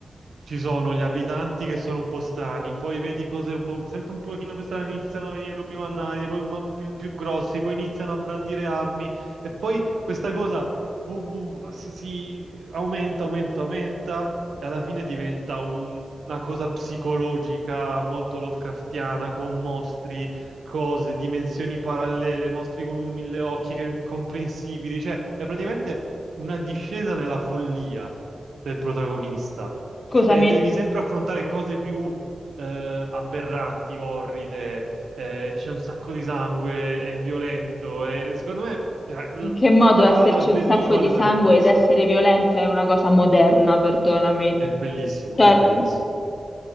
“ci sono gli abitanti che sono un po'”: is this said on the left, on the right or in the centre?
Right